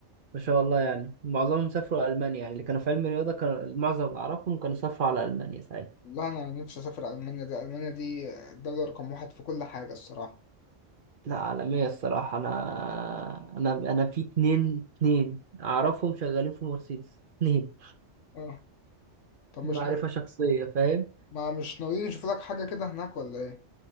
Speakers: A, on the right; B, on the left.
A: ما شاء الله يعني معظمهم سافروا ألمانيا يعني اللي كانوا في علم الرياضة كان معظم اللي أعرفهم كانوا سافروا على ألمانيا ساعتها
B: والله انا نفسي اسافر المانيا دي المانيا دي الدولة رقم واحد في كل حاجة الصراحة
A: لا عالمية الصراحة أنا أنا أنا في اتنين اتنين أعرفهم شغالين في مرسيدس اتنين
B: اه طب مش
A: معرفة شخصية فاهم
B: ما مش ناويين نشوف لك حاجة كده هناك ولا ايه